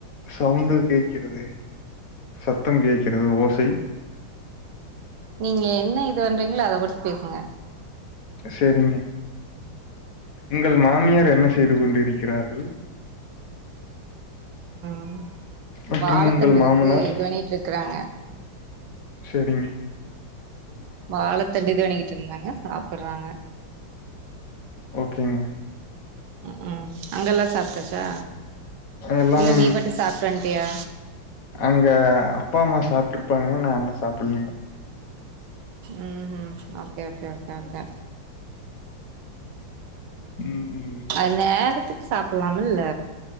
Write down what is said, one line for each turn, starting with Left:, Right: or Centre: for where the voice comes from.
Left: சவுண்டு கேக் கிறதே சத்தம் கேட்கிறது ஓசை
Right: நீங்க என்ன இது பண்றீங்களோ அத மட்டு பேசுங்க
Left: சேரிங்க உங்கள் மாமியார் என்ன செய்து கொண்டு இருக்கிறார்கள்
Right: உம்
Left: மற்றும்
Right: வாழத்தண்டு
Left: உங்கள் மாமனார்?
Right: வந்து இது பண்ணிட்டுருக்குறாங்க உம்
Left: சரிங்
Right: வாழைத்தண்டு இது பண்ணிட்டுருந்தாங்க சாப்ப போட்றாங்க
Left: ஓகேங்க
Right: உம் உம் அங்கலாம் சாப்டாச்சா
Left: எல்லாம்
Right: இல்ல நீ மட்டு சாப்ட்வன்ட்யா
Left: அங்க அப்பா அம்மா சாப்ட்ருப்பாங்க நான் இன்னு சாப்டலீங்க
Right: உம் ம் ஓகே ஓகே ஓகே ஓகே
Left: ம், ம்.
Right: அது நேரத்துக்கு சாப்லாம்ல்ல